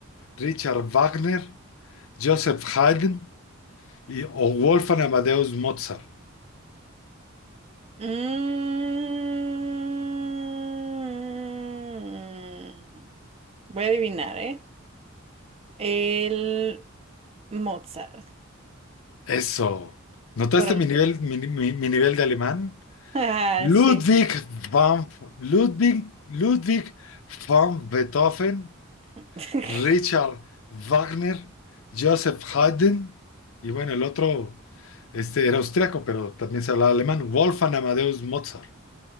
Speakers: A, on the left (about 70°); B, on the right (about 30°).
A: Richard Wagner, Joseph Haydn y, o Wolfgang Amadeus Mozart.
B: Mm. Voy a adivinar, ¿eh? El Mozart,
A: Eso. ¿Notaste
B: correcto.
A: mi nivel, mi, mi- mi nivel de alemán?
B: Ah,
A: Ludwig
B: sí.
A: van, Ludwig, Ludwig van Beethoven,
B: <laughs>
A: Richard Wagner, Joseph Haydn, y bueno, el otro este, era austriaco, pero también se hablaba alemán, Wolfgang Amadeus Mozart.